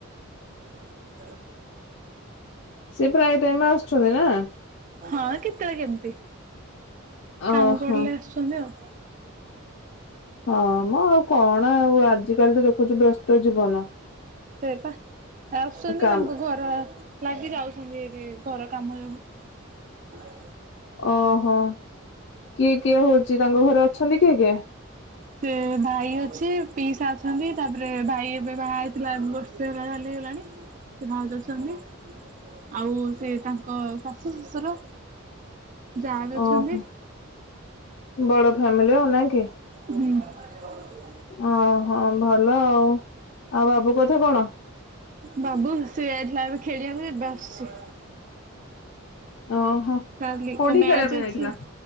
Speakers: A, on the right; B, on the left.
A: <unintelligible>
B: ସିଏ ପ୍ରାୟ ଟାଇମ ଆସୁଛନ୍ତି ନା
A: ହଁ କେତେବେଳେ କେମିତି?
B: ଓହୋ।
A: କାମ ପିଲେ ଆସୁଛନ୍ତି ଆଉ ଆ
B: ହଁ ମୁଁ ଆଉ କଣ ଆଉ ଆଜିକାଲି ତ ଦେଖୁଛୁ ବ୍ୟସ୍ତ ଜୀବନ।
A: ସେଟ ଆସୁଛନ୍ତି
B: କାମ
A: ତାଙ୍କ ଘର ଲାଗି ଯାଉଛନ୍ତି ଏଠି ଘର କାମ ଯବୁ
B: ଓହୋ କିଏ କିଏ ହଉଛି ତାଙ୍କ ଘରେ ଅଛନ୍ତି କି ଆଜ୍ଞା
A: ସେ ଭାଇ ଅଛି ସେ ପିସ୍ ଅଛନ୍ତି। ତାପରେ ଭାଇବେ ବା ଥିଲା ବର୍ଷେ ହେଲା ବାଲି ହେଗଲାଣି ସେ ଭାଉତ ଅଛନ୍ତି ଆଉ ସେ ତାଙ୍କ ଶାଶୁ ଶ୍ୱଶୁର ଯାହା ବି ଅଛନ୍ତି।
B: ଓହୋ ବଡ ଫ୍ୟାମିଲି ଆଉ ନା କି
A: ହୁଁ। <unintelligible>
B: ଓହୋ ଭଲ ଆଉ। ଆଉ ବାବୁ କଥା କଣ?
A: ବାବୁ ହସୁ ଯାଇଥିଲା ଏବେ ଖେଳିବାକୁ ଏବେ ଆସୁଚି।
B: ଓହୋ
A: ଚାଲ
B: କୋଉଠିକି
A: କଣ ମ୍ୟାଚ
B: ଖେଳିବା ପାଇଁ ଯାଇଥିଲା?
A: ଅଛି